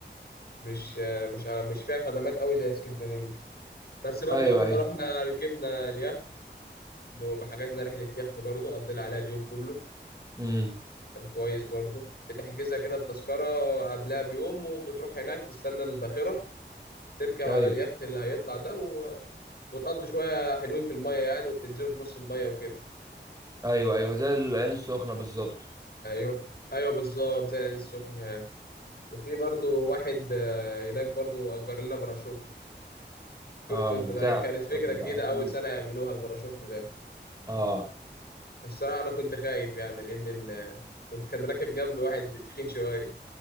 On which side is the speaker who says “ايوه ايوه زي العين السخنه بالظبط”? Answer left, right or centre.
Right